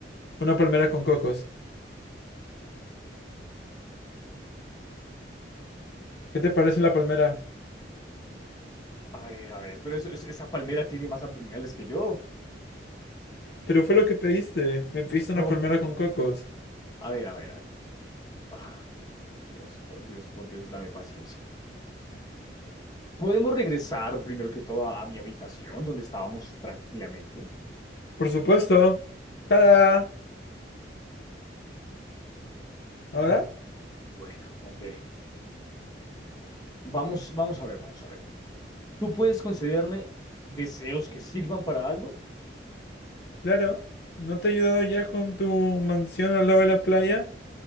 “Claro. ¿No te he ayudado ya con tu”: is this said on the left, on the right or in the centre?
Left